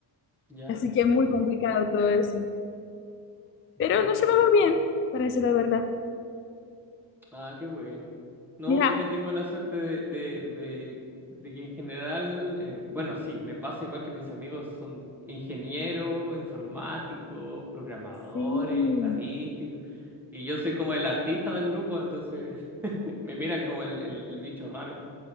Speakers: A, in the centre; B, on the left.
A: Ya.
B: así que es muy complicado todo eso. Pero
A: Mm.
B: nos llevamos bien, para decir la verdad.
A: Ah, qué bueno. No,
B: Mira,
A: yo tengo la suerte de, de, de, de que en general, eh, bueno, sí, me pasa igual que mis amigos son ingenieros, informáticos, programadores,
B: sí,
A: estadísticos, y yo soy como el artista del grupo, entonces <laughs> me miran como el, el, el bicho raro,